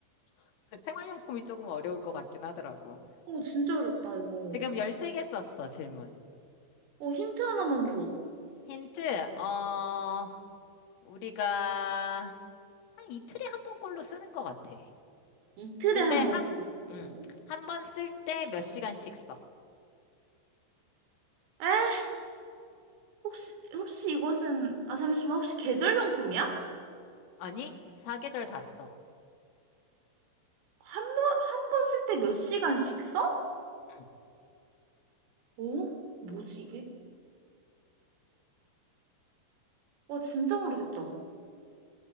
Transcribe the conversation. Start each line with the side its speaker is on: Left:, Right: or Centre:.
Left: <laughs> 생활용품이 조금 어려울 것 같긴 하더라고.
Right: 어, 진짜 어렵다, 이거.
Left: 지금 13개 썼어, 질문.
Right: 어, 힌트 하나만 줘. 어,
Left: 힌트, 어, 우리가 한 이틀에 한 번꼴로 쓰는 것 같아.
Right: 이틀에
Left: 근데
Right: 한
Left: 한,
Right: 번 꼴린다고?
Left: 음, 한 번 쓸 때 몇 시간씩 써.
Right: 에? 혹시, 혹시 이것은, 아, 잠시만, 혹시 계절용품이야?
Left: 아니, 사계절 다 써.
Right: 한 번, 한 번 쓸 때 몇 시간씩 써?
Left: 응.
Right: 어? 뭐지, 이게? 와, 진짜 모르겠다.